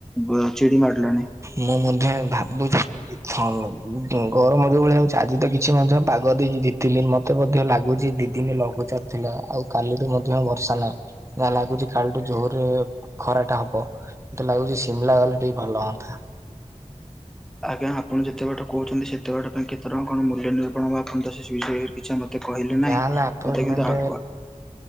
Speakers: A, in the centre; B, on the right (about 25°).
A: ବ ଚିଡ଼ି ମାଡ଼ିଲାଣି।
B: ମୁଁ ମଧ୍ୟ ଏ ଭାବୁଥିଲି। <unintelligible> ଗରମ ଯୋଉ ଭଳିଆ ହଉଛି ଆଜି ତ କିଛି ମଧ୍ୟ ପାଗ ଦେଇଛି ଦି ତିନି ମ ତେ ମଧ୍ୟ ଲାଗୁଛି ଦି ଦିନି ଲଘୁଚାପ ଥିଲା ଆଉ କାଲିଠୁ ମଧ୍ୟ ଆଉ ବର୍ଷା ନାହିଁ। ଯାହା ଲାଗୁଛି କାଲି ଠୁ ଜୋରେ ଖରା ଟା ହବ। ମତେ ଲାଗୁଛି ସିମ୍ ଲା ଗଲେ ଟିକେ ଭଲ ହଅନ୍ତା।
A: ଆଜ୍ଞା ଆପଣ ଯେତେ ବାଟ କହୁଛନ୍ତି ସେତେ ବାଟ ପାଇଁ କେତେ ଟଙ୍କା କଣ ମୂଲ୍ୟ ନିରୁପଣ ହେବ ଆପଣ ତ ସେ ସବୁ ବିଷୟରେ ପିଛା ମତେ କହିଲେ
B: ଯାହାହେଲେ
A: ନାହିଁ
B: ଆପାର୍ଟମେଣ୍ଟ
A: ମତେ କିନ୍ତୁ ଆଗକୁ